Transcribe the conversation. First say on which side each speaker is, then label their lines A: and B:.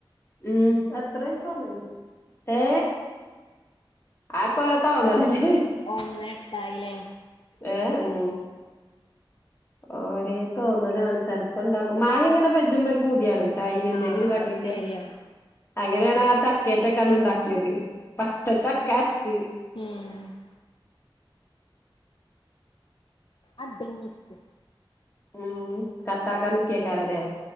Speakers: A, on the left (about 30°); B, on the left (about 65°).
A: ഉം അത്രയ് സമയം ഏ ആ ഒക്കോരോ തോന്നലല്ലേ
B: ഒന്നേ എട്ടായിലെ
A: ഏ ഉം ഓരേ തോന്നലാണ് ചെൽപ്പോ ഇണ്ടാക്കും മായ ഇങ്ങനെ പെജുമ്പൊ ഒരു പൂതിയണ് ചായി എന്തരു
B: ആഹ്
A: ജ് കാട്ടിയക്ക
B: അത് സെരിയാണ്
A: അങ്ങനേണ് ആ ചക്കേറ്റൊക്കെ അന്ന്ണ്ടാക്യത്. പച്ച ചക്കാറ്റ്
B: ഉം അഡ്ങ്ങിക്ക്
A: ഉം കട്ടാക്കാ നികേയ്ക്കരം ല്ലേ